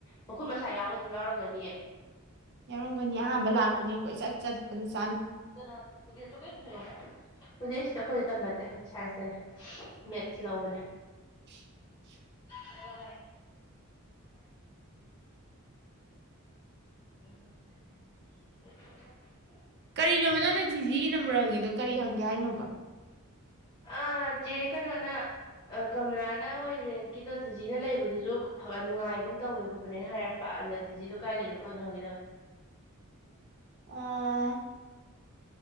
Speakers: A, on the left; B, on the right.
A: ꯃꯈꯨꯠ ꯃꯁꯥ ꯌꯥꯎꯕ ꯑꯗꯨꯝ ꯌꯥꯎꯔꯝꯒꯅꯤꯌꯦ
B: ꯌꯥꯎꯔꯝꯒꯅꯤ ꯑꯍꯥꯟꯕ ꯂꯥꯛꯄꯅꯦ ꯑꯩꯣꯏ ꯆꯠ ꯆꯠꯇꯅꯠ
A: ꯀꯩꯅꯣ ꯄꯨꯗꯦꯜꯁꯤꯗ ꯑꯩꯈꯣꯏꯗ ꯇꯝꯕ ꯁꯥꯏꯟꯁꯇꯅꯦ ꯃꯦꯠꯁ ꯂꯧꯕꯅꯦ
B: <unintelligible>
A: <unintelligible> ꯂꯅ ꯋꯥꯟ ꯆꯗꯅꯤ ꯍ <inaudible>
B: ꯀꯔꯤꯅꯣꯃꯤ ꯅꯪꯅ ꯖꯤꯒꯤ ꯅꯝꯕꯔꯉꯅꯤꯗ ꯀꯔꯤ ꯍꯪꯒꯦ ꯍꯥꯏꯅꯣꯕ
A: ꯑ ꯆꯦ ꯀꯩꯅꯣꯅ ꯀꯃꯂꯥꯅ ꯃꯣꯏ ꯔꯦꯟꯀꯤꯗꯣ ꯗꯤꯖꯤꯅ ꯂꯩꯕꯗꯨꯁꯨ ꯅꯨꯡꯉꯥꯏꯒꯨꯝ ꯇꯧꯕꯅꯦ ꯈꯣꯠꯄꯅꯦꯅ ꯍꯥꯏꯔꯛꯄ ꯑꯗ ꯗꯤꯖꯤꯗꯣ ꯀꯥꯏ ꯂꯩꯅꯣ ꯀꯣꯅꯣ ꯍꯪꯉꯦ ꯅꯪ
B: ꯑꯣ